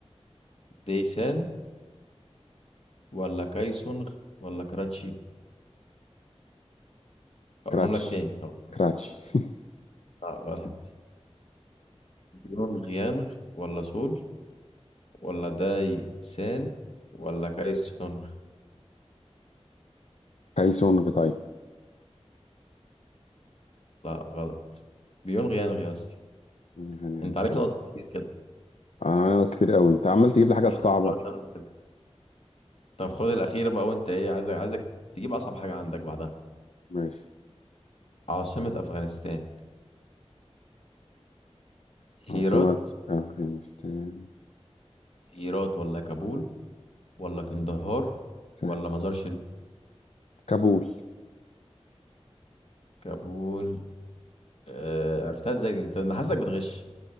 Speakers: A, on the left; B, on the left.
A: ديسان ولا كايسونغ ولا كراتشي هقولهم
B: كراتش
A: لك تاني هقولهم
B: كراتش
A: لك.
B: <laughs>
A: لا غلط بيونغيانغ ولا سول ولا داي سان ولا كايسونغ
B: كايسون غطاي
A: لا غلط بيونغيانغ يا اسطى
B: غني غني
A: انت
B: انت
A: عليك نقط كتير كده
B: انا كتير قوي انت عمال تجيب لي حاجات
A: لحد
B: صعبة
A: دلوقتي أنا كده. طب خد الأخيرة بقى وانت ايه عايزك عايزك تجيب أصعب حاجة عندك بعدها
B: ماشي
A: عاصمة أفغانستان هيرات
B: عاصمة أفغانستان
A: هيرات ولا كابول ولا قندهار
B: سهلة
A: ولا مزار شريف
B: كابول
A: كابول آه عرفتها ازاي دي انت انا حاسسك بتغش